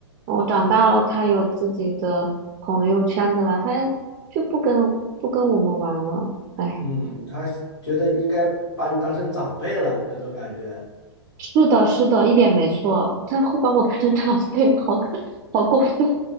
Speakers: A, on the right (about 25°); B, on the left (about 80°).
A: 我长大了，它有自己的朋友圈子了，它就不跟不跟我们玩了。哎，
B: 嗯，他觉得应该把你当成长辈了，有种感觉。
A: 是的，是的，一点没错。它会把我看成长辈，好可好过分。